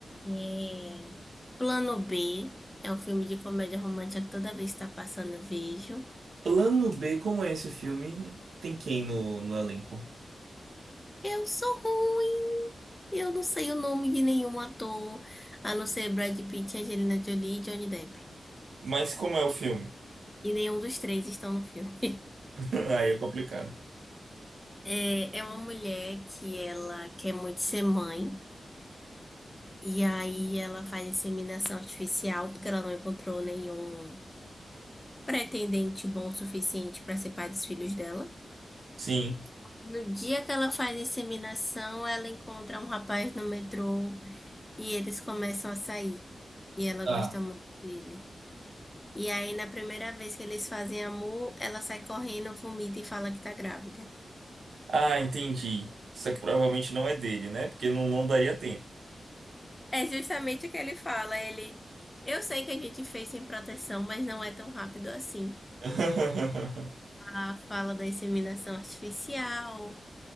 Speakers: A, on the left; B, on the right.
A: É... Plano B é um filme de comédia romântica que toda vez que está passando eu vejo.
B: Plano B, como é esse filme? Tem quem no, no elenco?
A: Eu sou ruim. Eu não sei o nome de nenhum ator, a não ser Brad Pitt, Angelina Jolie e Johnny Depp.
B: Mas como é o filme?
A: E nenhum dos três estão no filme.
B: <laughs> Aí é complicado.
A: É, é uma mulher que ela quer muito ser mãe. E aí ela faz inseminação artificial porque ela não encontrou nenhum pretendente bom o suficiente para ser pai dos filhos dela.
B: Sim.
A: No dia que ela faz a inseminação, ela encontra um rapaz no metrô e eles começam a sair. E ela
B: Tá.
A: gosta muito dele. E aí, na primeira vez que eles fazem amor, ela sai correndo, vomita e fala que tá grávida.
B: Ah, entendi. Só que provavelmente não é dele, né? Porque não, não daria tempo.
A: É justamente o que ele fala. Ele, eu sei que a gente fez sem proteção, mas não é tão rápido assim.
B: <laughs>
A: A fala da inseminação artificial.